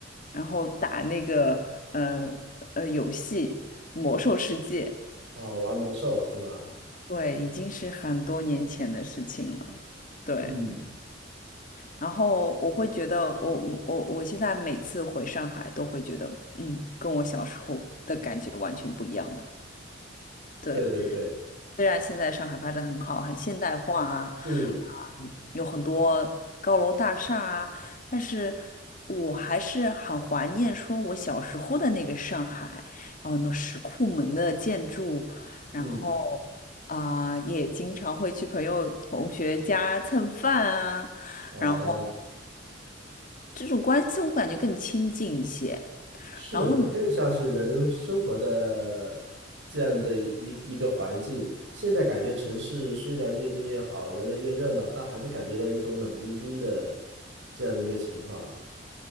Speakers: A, on the left; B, on the right.
A: 然后打那个呃呃游戏《魔兽世界》，
B: 哦，玩魔兽是吗？
A: 对，已经是很多年前的事情了，对。
B: 嗯，
A: 然后我会觉得我，我我现在每次回上海都会觉得，嗯，跟我小时候的感觉完全不一样了。对，
B: 对对对，
A: 虽然现在上海发展很好，很现代化啊，
B: 嗯
A: 啊，有很多高楼大厦啊，但是我还是很怀念说我小时候的那个上海，有很多石库门的建筑，然后
B: 嗯，
A: 啊，也经常会去朋友同学家蹭饭啊。
B: 哦，
A: 然后。这种关系我感觉更亲近一些。
B: 是，
A: 然后你
B: 它更像是人生活的这样的一一个环境。现在感觉城市虽然越建越好，人类越热闹，但还是感觉到一种冷冰冰的这样的一个情况。